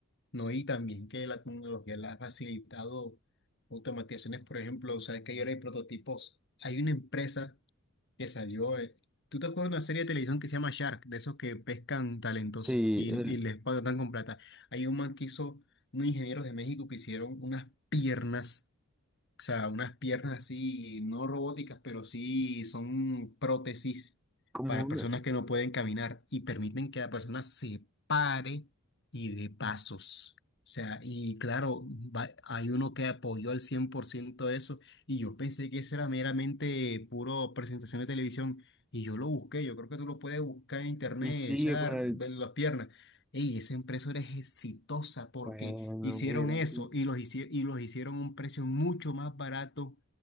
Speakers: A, on the left; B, in the centre.
A: ¿no? Y también que la tecnología la ha facilitado automatizaciones, por ejemplo, o sea, que ahora hay prototipos. Hay una empresa que salió. eh, ¿Tú te acuerdas de una serie de televisión que se llama Shark, de esos que pescan talentos
B: Sí,
A: y,
B: el,
A: y les pagan con plata? Hay un man que hizo, unos ingenieros de México que hicieron unas piernas. O sea, unas piernas así, no robóticas, pero sí son prótesis
B: como
A: para
B: una-
A: personas que no pueden caminar y permiten que la persona se pare y de pasos. O sea, y claro, va- hay uno que apoyó al 100% eso y yo pensé que eso era meramente puro presentación de televisión y yo lo busqué, yo creo que tú lo puedes buscar en internet,
B: y sigue
A: echar,
B: con el.
A: ver las piernas. Ey, esa empresa era exitosa porque
B: Bueno,
A: Hicieron
B: mira
A: eso
B: tú.
A: y los, hici- y los hicieron a un precio mucho más barato